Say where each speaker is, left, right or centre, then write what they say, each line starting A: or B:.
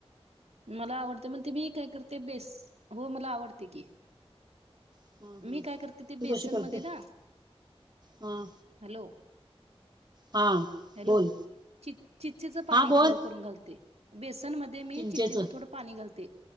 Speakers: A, on the right; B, on the right.
A: मला आवडते म्हणजे मी काय करते बेस हो मला आवडते की.
B: हा हा
A: मी काय करते ते
B: तू
A: बेसनमध्ये
B: कशी करतेस
A: ना,
B: हा
A: हॅलो
B: हा
A: हॅलो,
B: बोल
A: चि चिचेचं पाणी
B: हा बोल
A: थोडं करून घालते. बेसन मध्ये मी
B: चिंचेचं
A: चिचेचं थोडं पाणी घालते.